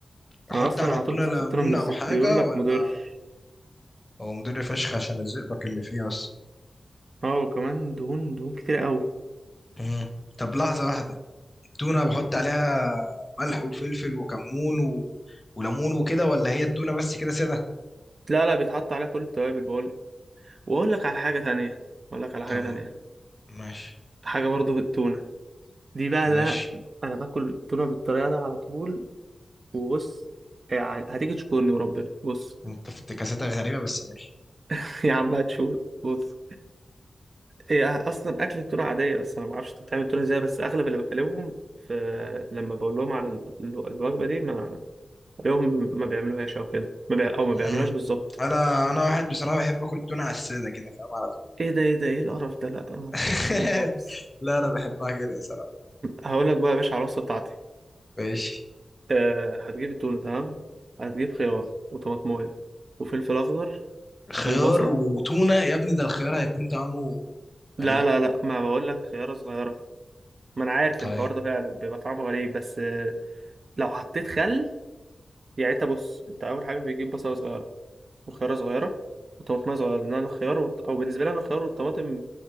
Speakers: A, on the left; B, on the right.
A: وأحط
B: انا اصلا
A: على
B: على
A: التونة
B: طول بصفي
A: ليمون
B: التونة من الزيت
A: أو حاجة
B: بيقول لك
A: ولا
B: مضر
A: هو مدر فشخ عشان الزئبق اللي فيه اصلا
B: اه وكمان دهون دهون كتير قوي
A: مم. طب لحظة واحدة التونة بحط عليها ملح وفلفل وكمون و... وليمون وكده ولا هي التونة بس كده سادة
B: لا لا بيتحط عليها كل التوابل بقول واقول لك على حاجة تانية اقول لك على حاجة
A: طب
B: تانية
A: ماشي
B: حاجة برضو بالتونة دي بقى اللي
A: ماشي
B: انا انا باكل تونه بالطريقه ده على طول وبص يعني هتيجي تشكرني وربنا بص
A: انت افتكاساتك غريبة غريبة بس ماشي
B: <laughs> يا عم هتشوف بص هي اصلا اكل التونه عاديه بس انا ما اعرفش انت بتعمل التونه ازاي بس اغلب اللي بكلمهم في لما بقول لهم على ال- ال- الوجبه دي ما اليوم ما بيعملوهاش او كده ما بي... او ما بيعملوهاش
A: مم.
B: بالظبط
A: انا انا واحد بصراحة بحب اكل التونة على السادة كده فاهم على طول
B: ايه ده ايه ده ايه القرف ده لا ما بحبش
A: <laughs>
B: كده خالص
A: لا انا بحبها كده صراحة
B: هقول لك بقى يا باشا على الوصفه بتاعتي
A: ماشي
B: أه هتجيب التونه تمام هتجيب خيار وطماطمايه وفلفل اخضر
A: خيار
B: وبصل
A: وتونة يا ابني ده الخيار هيكون طعمه
B: لا
A: غريب
B: لا لا ما بقول لك خيارة صغيرة ما انا عارف
A: طيب
B: الحوار ده فعلا بيبقى طعمه غريب بس آه، لو حطيت خل يعني انت بص انت اول حاجة بيجيب بصلة صغيرة وخيارة صغيرة وطماطم صغيرة لان انا الخيار والط... او بالنسبة لي انا الخيار والطماطم